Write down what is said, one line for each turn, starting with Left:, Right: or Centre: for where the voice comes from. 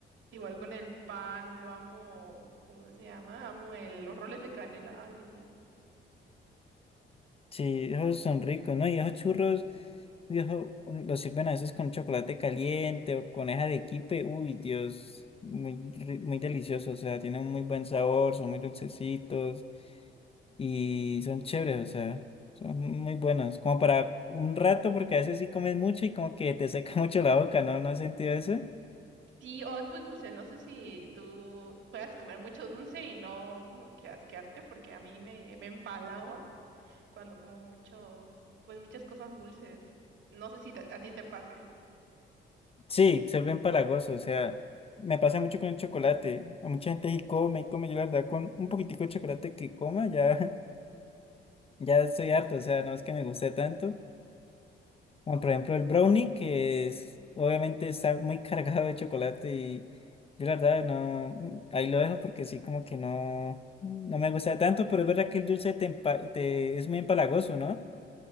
Right: Igual con el pan, yo amo, ¿cómo se llama? Amo el, los roles de canela, ay, Dios mío.
Left: Sí, esos son ricos, ¿no? Y esos churros, viejo, los sirven a veces con chocolate caliente o con esa de arequipe. Uy, Dios, muy, ri- muy deliciosos, o sea, tienen un muy buen sabor, son muy dulcecitos y son chéveres, o sea, son muy buenos. Como para un rato, porque a veces sí comes mucho y como que te seca <laughs> mucho la boca, ¿no? ¿No has sentido eso?
Right: Sí, o es muy dulce. No sé si tú puedas comer mucho dulce y no como que asquearte, porque a mí me, me empalago cuando como mucho, pues muchas cosas dulces. No sé si te- a ti te pase.
Left: Sí, se vuelve empalagoso, o sea, me pasa mucho con el chocolate. A mucha gente sí come y come, yo la verdad con un poquitico de chocolate que coma ya. Ya estoy harto, o sea, no es que me guste tanto. Como por ejemplo el brownie, que es, obviamente está muy <laughs> cargado de chocolate y yo la verdad no, mm, ahí lo dejo porque sí como que no, no me gusta tanto, pero es verdad que el dulce te empa- te- es muy empalagoso, ¿no?